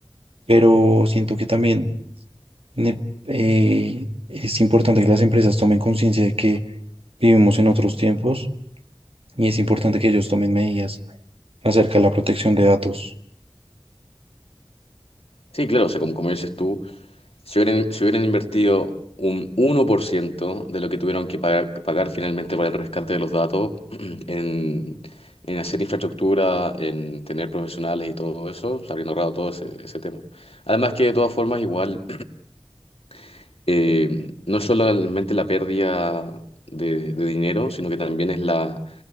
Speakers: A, on the right (about 75°); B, on the left (about 85°).
A: pero siento que también ne- eh, es importante que las empresas tomen conciencia de que vivimos en otros tiempos y es importante que ellos tomen medidas acerca de la protección de datos.
B: Sí, claro, o sea, como, como dices tú, Si hubieran, si hubieran invertido un uno por ciento de lo que tuvieron que pagar, pagar finalmente para el rescate de los datos <clears throat> en, en hacer infraestructura, en tener profesionales y todo eso, se habrían ahorrado todo ese, ese tema. Además que de todas formas igual, <clears throat> eh, no es solamente la pérdida de, de dinero, sino que también es la,